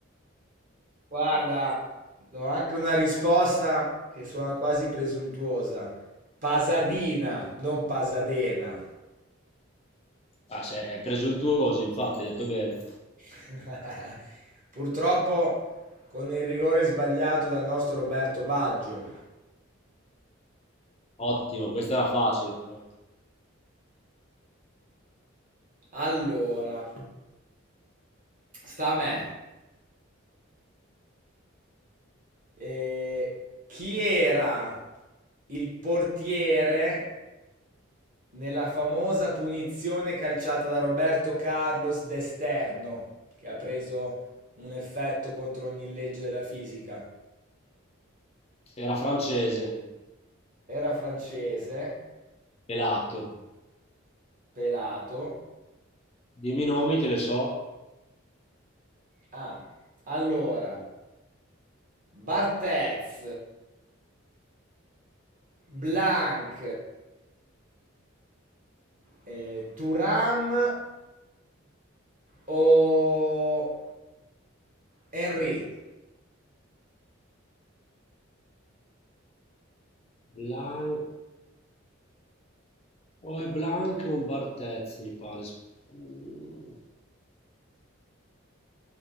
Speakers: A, on the right; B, on the left.
A: Guarda, do anche una risposta che suona quasi presuntuosa. Pasadina, non Pasadena.
B: Ah, se- è presuntuoso, infatti, hai detto bene.
A: <laughs> Purtroppo con il rigore sbagliato dal nostro Roberto Baggio.
B: Ottimo, questa era facile però.
A: Allora, sta a me. Eh, chi era il portiere nella famosa punizione calciata da Roberto Carlos d'esterno, che ha preso un effetto contro ogni legge della fisica?
B: Era francese,
A: Era francese,
B: pelato.
A: pelato,
B: Dimmi i nomi che le so.
A: Ah, allora, Barthez, Blanc, eh, Thuram o Henry.
B: Blanc... O è Blanc o un Barthez, mi pare. Mm.